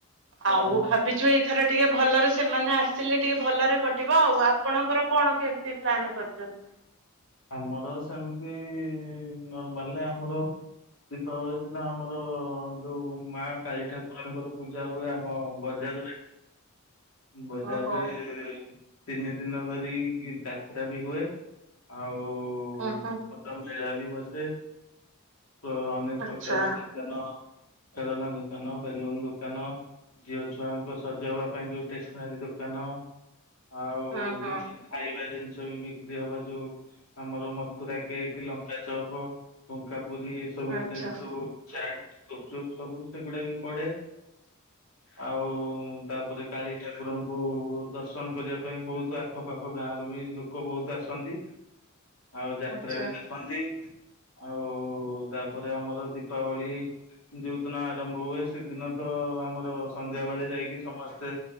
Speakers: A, on the left (about 75°); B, on the right (about 60°).
A: ହଁ।
B: ଆଉ ଭାବିଛୁ ଏଇଥର- ଟିକେ ଭଲରେ ସେମାନେ ଆସିଲେ ଟିକେ ଭଲରେ କଟିବ ଆଉ ଆପଣଙ୍କର କଣ କେମତି ପ୍ଲାନ କରିଛନ୍ତି-
A: ଆମର ସେମିତି ନର୍ମାଲ ଆମର ଦୀପାବଳି ଦିନ ଆମର ଯୋଉ ମା କାଳୀ ଠାକୁରଙ୍କର ପୂଜା ହୁଏ ଆମ ବଜାରରେ- ବଜାରରେ-
B: ଓହୋ।
A: ତିନି ଦିନ ଧରି ଯାତ୍ରା ବି ହୁଏ ଆଉ-
B: ହ ହୋ-
A: ଛୋଟ ମେଳା ବି ବସେ- ତ ଅନେକ
B: ଆଚ୍ଛା
A: ପ୍ରକାର ଦୋକାନ- ଖେଳନା ଦୋକାନ ବେଲୁନ ଦୋକାନ ଝିଅ ଝୁଆଙ୍କୁ ସଜେଇବା ପାଇଁ ଯୋଉ- ଷ୍ଟେସନାରୀ ଦୋକାନ। ଆଉ
B: ହଁ ହଁ
A: କିଛି ଖାଇବା ଜିନି । ବି ବିକ୍ରି ହବା ଯୋଉ ଆମର ମଥୁରା କେକ ଲଙ୍କା ଚପ ଫୁଙ୍କା। ପୁରି ଏ ସବୁ
B: ଆଚ୍ଛା
A: ଇତ୍ୟାଦି ସବୁ ଚାଟ। ଚୋପ ସବୁ ସେଗୁଡା ବି ପଡେ ଆଉ ତାପରେ। କାଳୀ ଠାକୁରଙ୍କୁ ଦର୍ଶନ କରିବା ପାଇଁ ବହୁତ ଆଖପାଖ ଗାଁରୁ ବି ଲୋକ ବହୁତ ଆସନ୍ତି। ଆଉ ଯାତ୍ରା
B: ଆଚ୍ଛା
A: ବି ଦେଖନ୍ତି। ଆଉ ତାପରେ ଆମର ଦୀପାବଳି ଯୋଉ ଦିନ ଆରମ୍ଭ ହୁଏ ସେଦିନ ତ ଆମର ସନ୍ଧ୍ୟା ବେଳେ ଯାଇକି ସମସ୍ତେ।